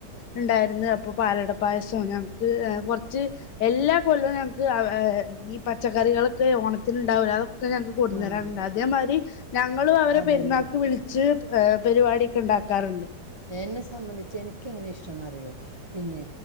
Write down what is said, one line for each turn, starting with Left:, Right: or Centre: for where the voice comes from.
Left: ഉണ്ടായിരുന്നു അപ്പൊ പാലടപ്പായസം ഞങ്ങക്ക് കൊർച്ച് എല്ലാ കൊല്ലും ഞങ്ങക്ക് ആ ഏ ഈ പച്ചക്കറികളൊക്കെ ഓണത്തിന് ഉണ്ടാവൂലെ അ ഒക്കെ ഞങ്ങക്ക് കൊണ്ടു
Right: ആഹ്
Left: തരാറുണ്ട് അതേമാതിരി ഞങ്ങളും അവരെ
Right: അതന്നെ
Left: പെരുന്നാക്ക് വിളിച്ച് ഏ പരിപാടി ഒക്കെ ഉണ്ടാക്കാറുണ്ട്
Right: എന്നെ സംബന്ധിച്ച് എനിക്ക് എങ്ങനെ ഇഷ്ടംന്നറിയോ പിന്നെ